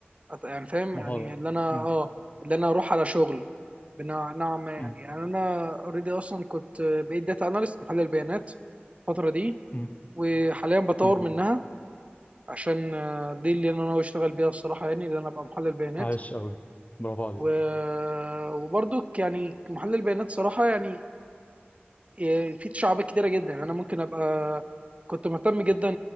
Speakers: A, on the right (about 30°); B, on the left (about 35°).
A: أت- يعني فاهم
B: مهاره
A: يعني اللي انا
B: امم
A: اه اللي انا اروح على شغل بنوع نوع ما يعني
B: امم
A: يعني انا اوريدي اصلا كنت آه، بقيت داتا اناليست محلل بيانات الفتره دي
B: امم
A: وحاليا بطور
B: جميل
A: منها عشان آه، دي اللي انا ناوي اشتغل بيها الصراحه يعني اللي انا ابقى محلل بيانات
B: عاش قوي برافو
A: و... وبرضك يعني محلل بيانات صراحه يعني آه، في تشعبات كتيره جدا يعني انا ممكن ابقى كنت مهتم جدا